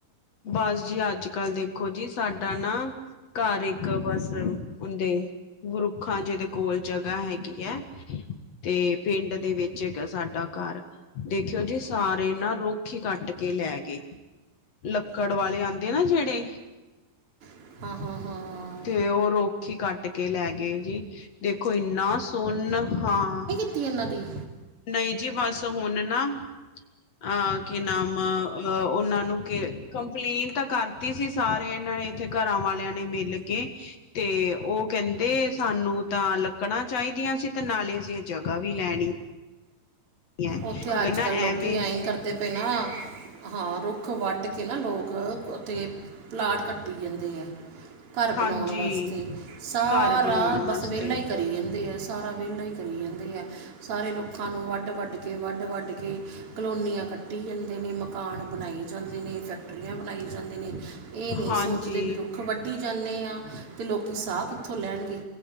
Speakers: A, on the left (about 50°); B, on the right (about 35°).
A: ਬਸ ਜੀ ਅੱਜ- ਕੱਲ ਦੇਖੋ ਜੀ ਸਾਡਾ ਨਾ ਘਰ ਇੱਕ ਬਸ ਹੁੰਦੇ ਵਰੁੱਖਾਂ ਜਿਦੇ ਕੋਲ ਜਗ੍ਹਾ ਹੈਗੀ ਹੈ 'ਤੇ ਪਿੰਡ ਦੇ ਵਿੱਚ ਹੈਗਾ ਸਾਡਾ ਘਰ ਦੇਖਿਓ ਜੀ ਸਾਰੇ ਨਾ ਰੁੱਖ ਈ ਕੱਟ ਕੇ ਲੈ ਗਏ ਲੱਕੜ ਵਾਲੇ ਆਂਦੇ ਆ ਨਾ ਜੇੜੇ
B: ਹਾਂ-ਹਾਂ-ਹਾਂ-ਹਾ
A: 'ਤੇ ਓ ਰੋਖ ਈ ਕੱਟ ਕੇ ਲੈ ਗਏ ਜੀ, ਦੇਖੋ ਏਨਾ ਸੋਨ ਹਾਂ
B: ਗਲਤੀ ਏਨਾਂ ਦੀ
A: ਨਹੀਂ ਜੀ ਬਸ ਹੁਣ ਨਾ ਅਹ ਕੀ ਨਾਮ ਅ ਓਨਾਂ ਨੂੰ ਕੇ ਕੰਪਲੇਨ ਤਾਂ ਕਾਰ ਕੀਤੀ ਸੀ ਸਾਰੇ ਏਨਾਂ ਨੇ ਏਥੇ ਘਰਾਂ ਵਾਲੇਆਂ ਨੇ ਮਿਲ ਕੇ 'ਤੇ ਓ ਕੇਂਦੇ ਸਾਨੂੰ ਤਾਂ ਲੱਕੜਾਂ ਚਾਈਦੀਆਂ ਸੀ ਤੇ ਨਾਲੇ ਅਸੀਂ ਏ ਜਗ੍ਹਾ ਵੀ ਲੈਣੀ ਹੈ
B: ਓਥੇ ਅੱਜ-ਕੱਲ੍ਹ
A: ਗਨਾ
B: ਲੋਕੀ
A: ਐਵੇਂ
B: ਐਂ ਈ ਕਰਦੇ ਪਏ ਨਾ ਹਾਂ ਰੋਖ ਵੱਢ ਕੇ ਨਾ ਲੋਕ ਓਥੇ ਪਲਾਟ ਕੱਟੀ ਜਾਂਦੇ ਐ ਘਰ ਬਣੋਨ
A: ਹਾਂਜੀ
B: ਵਾਸਤੇ, ਸਾਰਾ
A: ਘਰ ਬਣਾਉਣ
B: ਬਸ
A: ਵਾਸਤੇ
B: ਵੇਲਾ ਈ ਕਰੀ ਜਾਂਦੇ ਆ ਸਾਰਾ ਵੇਲਾ ਈ ਕਰੀ ਜਾਂਦੇ ਐ, ਸਾਰੇ ਰੁੱਖਾਂ ਨੂੰ ਵੱਡ- ਵੱਡ ਕੇ' ਵੱਢ-ਵੱਢ ਕੇ ਕਲੋਨੀਆਂ ਕੱਟੀ ਜਾਂਦੇ ਨੇ ਮਕਾਨ ਬਣਾਈ ਜਾਂਦੇ ਨੇ ਫੈਕਟਰੀਆਂ ਬਣਾਈ ਜਾਂਦੇ ਨੇ ਏ ਨਈ
A: ਹਾਂਜੀ
B: ਸੋਚਦੇ ਵੀ ਰੁੱਖ ਵੱਢੀ ਜਾਂਨੇ ਆ ਤੇ ਲੋਕੀ ਸਾਹ ਕਿੱਥੋਂ ਲੈਣਗੇ